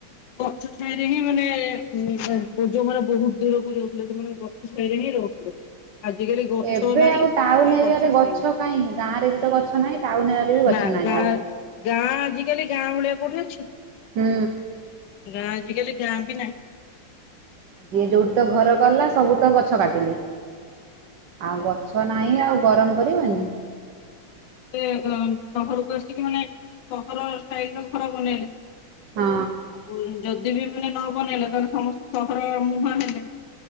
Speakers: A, on the left; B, on the right.
A: ଗଛ ଛାଇରେ ହିଁ ମାନେ <unintelligible> ଯୋଉମାନେ ବହୁତ ଦୂରକୁ ଯାଉଥିଲେ ସେମାନେ ଗ <unintelligible> ଗଛ ଛାଇରେ ହିଁ ରହୁଥିଲେ। ଆଜିକାଲି ଗଛ
B: ଏବେ
A: ନାହିଁ
B: ଆଉ ଟାଉନ୍
A: ତା
B: ଏରିଆରେ
A: ଛାଇ
B: ଗଛ କାଇ ଗାଁରେ ବି ତ ଗଛ ନାହିଁ? ଟାଉନ୍ ଏରିଆ ରେ ବି ଗଛ
A: ନା
B: ନାହିଁ
A: ଗାଁ
B: ଆଉ
A: ଗାଁ ଆଜିକାଲି ଗାଁ ଭଳିଆ କୋଉଠି ଅଛି?
B: ହୁଁ
A: ଗାଁ ଆଜିକାଲି ଗାଁ ବି ନାହିଁ
B: ଯିଏ ଯୋଉଠି ତ ଘର କଲା ସବୁ ତ ଗଛ କାଟିଲେ ଆଉ ଗଛ ନାହିଁ ଆଉ ଗରମ କରିବନି?
A: ସେ ସହରକୁ ଆସିକି ମାନେ ସହର ଷ୍ଟାଇଲ୍ ରେ ଘର ବନେଇଲେ?
B: ହଁ
A: ଆଉ ଯଦି ବି ମାନେ ନ ବନେଇଲେ ତାହଲେ ସମସ୍ତ ସହର ମୁହାଁ ହେଲେ